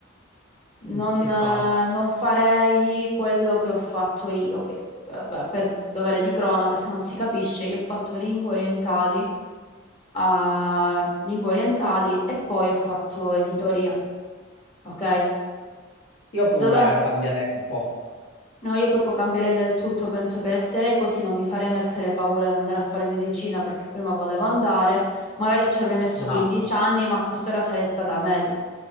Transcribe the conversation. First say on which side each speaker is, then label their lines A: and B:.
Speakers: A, on the left; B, on the left.
A: Mm,
B: non,
A: Ci sta.
B: eh, non farei quello che ho fatto io, che eh, beh, per dovere di cronaca, se non si capisce, io ho fatto lingue orientali a lingue orientali e poi ho fatto editoria, ok?
A: Io pure
B: Dov'è?
A: cambierei un po'.
B: No, io proprio cambierei del tutto, penso che resterei così, non mi farei mettere paura ad andare a fare medicina perché prima volevo andare, magari ci avrei messo
A: Esatto.
B: 15 anni, ma a quest'ora sarei stata medico,